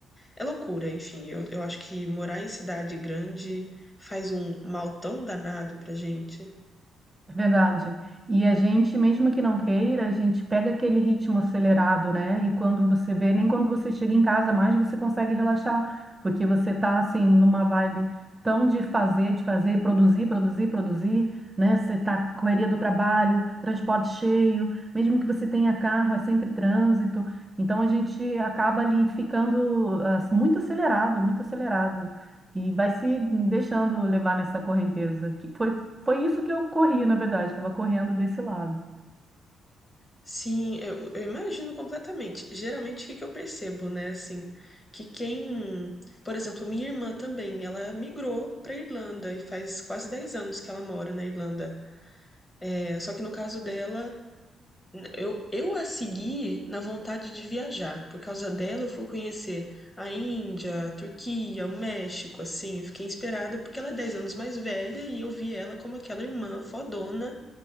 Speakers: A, on the left; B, on the right.
A: é loucura, enfim. Eu, eu acho que morar em cidade grande faz um mal tão danado pra gente.
B: É Verdade. E a gente, mesmo que não queira, a gente pega aquele ritmo acelerado, né? E quando você vê, nem quando você chega em casa mais você consegue relaxar, porque você tá assim numa vibe tão de fazer, de fazer, produzir, produzir, produzir, né? Você tá com correria do trabalho, transporte cheio, mesmo que você tenha carro, é sempre trânsito. Então a gente acaba ali ficando ah, muito acelerado, muito acelerado. E vai se deixando levar nessa correnteza, que foi foi isso que eu corri, na verdade, estava correndo desse lado.
A: Sim, eu, eu imagino completamente. Geralmente, o que que eu percebo, né, assim, que quem, por exemplo, minha irmã também, ela migrou para Irlanda e faz quase 10 anos que ela mora na Irlanda. É, só que no caso dela, eu, eu a segui na vontade de viajar. Por causa dela, eu fui conhecer a Índia, a Turquia, o México, assim, eu fiquei inspirada porque ela é 10 anos mais velha e eu vi ela como aquela irmã fodona,